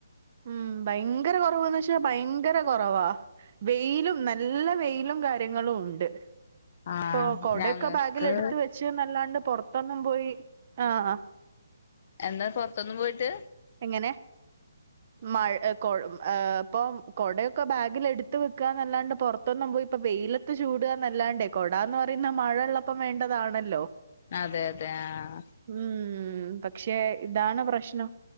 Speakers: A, on the right; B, on the left.
A: ഉം ഭയങ്കര കുറവന്ന് വെച്ചാ ഭയങ്കര കുറവാ വെയിലും നല്ല വെയിലും കാര്യങ്ങളും ഉണ്ട്
B: ആഹ്
A: ഇപ്പൊ കൊടയൊക്കെ
B: ഞങ്ങക്ക്
A: ബാഗിൽ എടുത്ത് വെച്ച് നല്ലാണ്ട് പൊറ പട്ടൊന്നും പോയി ആഹ
B: എന്താ പുറത്തൊന്നും പോയിട്ട്
A: എങ്ങനെ മഴ ഏ ഇപ്പം കൊടയൊക്കെ ബാഗിൽ എടുത്ത വെക്കുകന്നല്ലാണ്ട് പുറത്തൊന്നും പോയി ഇപ്പ വെയിലത്ത് ചൂടുകന്നല്ലാണ്ടേ കൊടന്ന് പറയുന്ന മഴയള്ളപ്പം വേണ്ടതാണല്ലോ
B: അതെ അതെ ആ
A: ഉം പക്ഷെ ഇതാണ് പ്രശ്നം